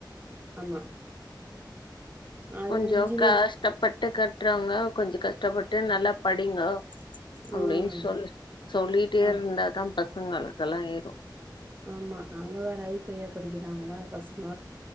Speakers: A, on the right; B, on the left.
A: ஆமா அது
B: கொஞ்ச
A: இன்ஜினியர்
B: கஷ்டப்பட்டு கட்றவங்க கொஞ்ச கஷ்டப்பட்டு நல்லா படிங்கோ அப்டின்
A: ம்.
B: சொல்லு சொல்லிட்டே
A: ஆ
B: இருந்தாதா பசங்களுக்கெல்லா ஏறு
A: ஆமா அங்க வேற ஐ பையா படிக்கிறாங்களா பசங்க